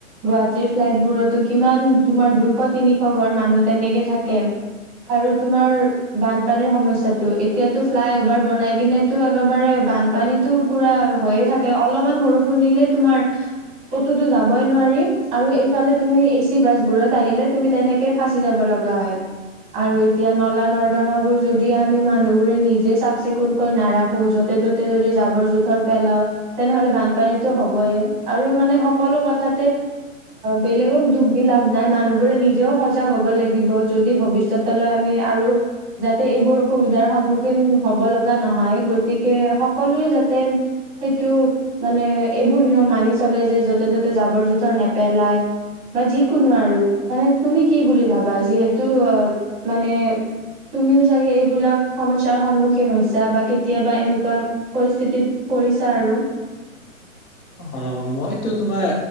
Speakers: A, on the right (about 15°); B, on the left (about 80°).
A: গুৱাহাটীত ফ্লাইটবোৰতো কিমান তোমাৰ দুশ তিনি- মানুহ তেনেকে থাকে। আৰু তোমাৰ বানপানীৰ সমস্যাটো। এতিয়াতো ফ্লাই অভাৰ বনাই কিনেটো একেবাৰে, বানপানীতো পুৰা হৈয়ে থাকে। আৰু অলপমান বৰষুণ দিলে তোমাৰ কতোতো যাবই নোৱাৰিম। আৰু এইফালে তুমি এচি বাছ বোৰত আহিলে তুমি তেনেক - কে ফাচি যাব লগা হয়। আৰু এতিয়া নলা নৰ্দমাৰবোৰ যদি আমি মানুহ বোৰে নিজে চাফ চিকুনকৈ নাৰাখো, যতে ততে যদি জাবৰ জোথৰ পেলাও, তেনেহ'লে বানপানীতটো হ'বইে। আৰু মানে সকলো কথা বেলেগক দুখ দি লাভ নাই। মানুহবোৰে নিজেও। সজাগ হ'ব লাগিব। যদি ভৱিষ্যতলৈ আমি আৰু যাতে এইবোৰ অসুবিধাৰ সন্মুখীন। হ'ব লগা নহয়। গতিকে সকলোৱে যাতে। সেইটো মানে এইবোৰ নিয়ম মানি চলে যে, য'তে ত'তে জাবৰ জোথৰ নেপেলাই। বা যিকোনো আৰু মানে তুমি কি বুলি ভাবা যিহেতু আহ মানে, তুমিও চাগে এইবিলাক সমস্যাৰ সন্মুখীন হৈছা বা কেতিয়াবা এনেকুৱা পৰিস্থিতিত, পৰিছা আৰু।
B: হয়। অ, মইতো তোমাৰ